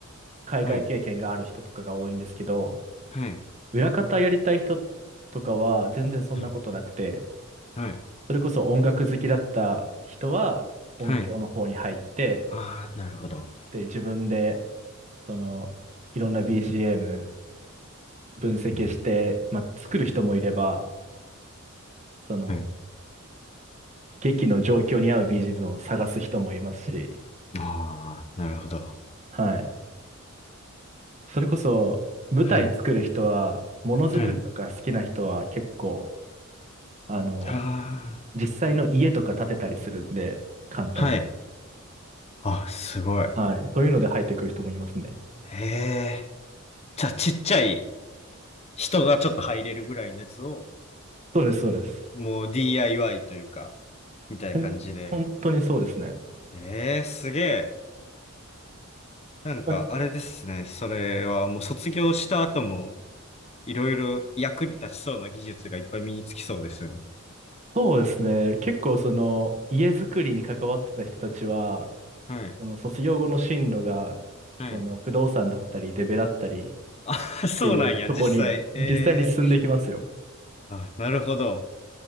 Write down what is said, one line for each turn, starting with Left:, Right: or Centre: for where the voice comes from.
Right: 海外経験がある人とかが多いんですけど、
Left: はい。はい。
Right: 裏方やりたい人とかは全然そんなことなくて、
Left: はい。はい。
Right: それこそ音楽好きだった人は音響の方に入って、
Left: はい。ああ、なるほど。
Right: で、自分でその、いろんな BGM 分析して、
Left: うん
Right: まあ、作る人もいれば、その、
Left: はい。
Right: 劇の状況に合う BGM を探す人もいますし、
Left: ああ、なるほど。
Right: はい。それこそ、舞台作る人は、
Left: はい。
Right: ものづくりとか好きな人は結構、
Left: はい。
Right: あの、
Left: あ
Right: 実際の家とか建てたりするんで、簡単に。
Left: あ、はい。あ、すごい。
Right: はい。そういうので入ってくる人もいますね。
Left: ええ。じゃあ、ちっちゃい人がちょっと入れるぐらいのやつを、
Right: そうです、そうです。
Left: もう DIY というか、みたいな感じで。
Right: ほん本当にそうですね。
Left: ええ、すげえ。なんか、
Right: はい
Left: あれですね。それはもう卒業した後も、いろいろ役に立ちそうな技術がいっぱい身につきそうですね。
Right: そうですね。結構その家づくりに関わってた人たちは、
Left: はい。
Right: その卒業後の進路が、
Left: はい。
Right: その不動産だったり、デベだったりっ
Left: あ、<laughs> そうなんや、
Right: ていうとこに実際に進んでいきますよ。
Left: 実際。ええあ、なるほど。